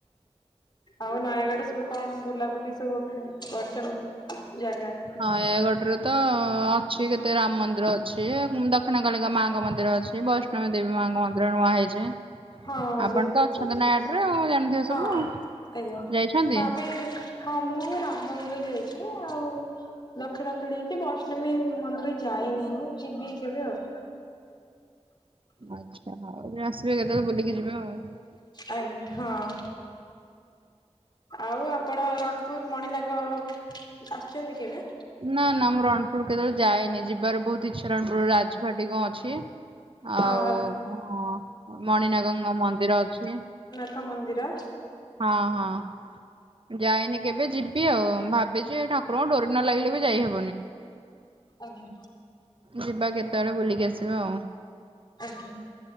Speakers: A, on the left; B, on the right.
A: ଆଉ ନୟାଗଡ ସବୁ କଣ ବୁଲାବୁଲି ସେ ଗୋଟେ <unintelligible> ଜାଗା।
B: ନୟାଗଡରେ ତ ଅଛି କେତେ ରାମ ମନ୍ଦି ନ୍ଦିର ଅଛି ଆ, ହୁଁ, ଦକ୍ଷିଣ କାଳୀ ଙ୍କ ମାଙ୍କ ମନ୍ଦିର ଅଛି। ବୈଷ୍ଣବୀ ଦେବୀ ମାଙ୍କ ମନ୍ଦିର ନୂଆ ହେଇଛି।
A: ହଁ ଏବେ
B: ଆପଣ
A: ହେଇଛି,
B: ତ ଅଛନ୍ତି ନୟାଗଡ଼ରେ ଆଉ ଜାଣିଥିବେ ସବୁ
A: ହଁ ଆଜ୍ଞା ହଁ
B: ଯାଇଛନ୍ତି
A: ଆମେ ହଁ ମୁଁ ରାମ ମନ୍ଦିର ଯାଇଛି। ଆଉ ଦକ୍ଷିଣ କାଳୀ କି ବୈଷ୍ଣବୀ ମନ୍ଦିର ଯାଇନି ମୁଁ ଯିବି କେବେ ଆଉ।
B: ଆଚ୍ଛା ହଉ ଯେ ଆସିବେ କେତେବେଳେ ବୁଲିକି ଯିବେ ଅ,।
A: ଆଜ୍ଞା, ହଁ। ଆଉ ଆପଣ ରଣପୁର ମଣିନାଗ ଆସିଛନ୍ତି କେବେ?
B: ନା, ନା ମୁଁ ରଣପୁର କେତେବେଳେ ଯାଇନି, ଯିବାର ବହୁତ ଇଚ୍ଛା ରଣପୁର ରାଜଭାଟୀ କଣ ଅଛି। ଆଉ
A: ହଁ
B: ହଁ ମଣିନାଗଙ୍କ ମନ୍ଦିର ଅଛି।
A: ଥ ମନ୍ଦିର।
B: ହଁ, ହଁ। ଯାଇନି କେବେ, ଯିବି ଆଉ ଭାବିଚି ଏ ଠାକୁରଙ୍କୁ ଡୋରି ନ ଲାଗିଲେ ବି ଯାଇହବ
A: ଆଜ୍ଞ।
B: ଯିବା କେତେବେଳେ ବୁଲିକି ଆସିବ।
A: ଆଜ୍ଞା।